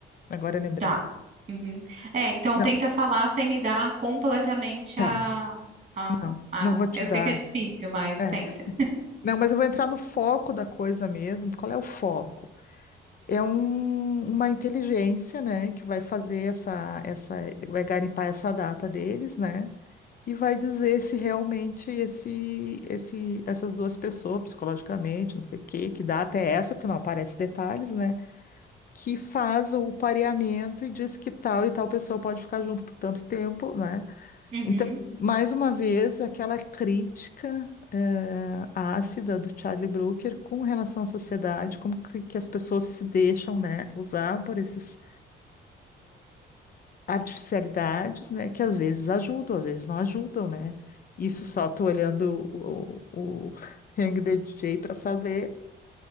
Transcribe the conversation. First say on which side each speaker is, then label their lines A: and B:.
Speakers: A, on the left; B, on the right.
A: Agora eu lembrei.
B: tá. uhum. É, então
A: Não,
B: tenta falar sem me dar completamente
A: tá.
B: a, a,
A: Não,
B: a...
A: não vou te
B: Eu
A: dar.
B: sei que é difícil, mas
A: É.
B: tenta.
A: Não, mas eu vou entrar no foco da coisa mesmo. Qual é o foco? É um- uma inteligência, né, que vai fazer essa, essa, vai garimpar essa data deles, né? E vai dizer se realmente esse, esse, essas duas pessoas, psicologicamente, não sei o quê, que data é essa, porque não aparece detalhes, né? Que faz o pareamento e diz que tal e tal pessoa pode ficar junto por tanto tempo, né?
B: Uhum,
A: Então, mais uma vez, aquela crítica eh, ácida do Charlie Brooker com relação à sociedade, como que, que as pessoas se deixam, né, usar por essas artificialidades, né, que às vezes ajudam, às vezes não ajudam, né? Isso só tô olhando o, o, o <laughs> Hang the DJ para saber,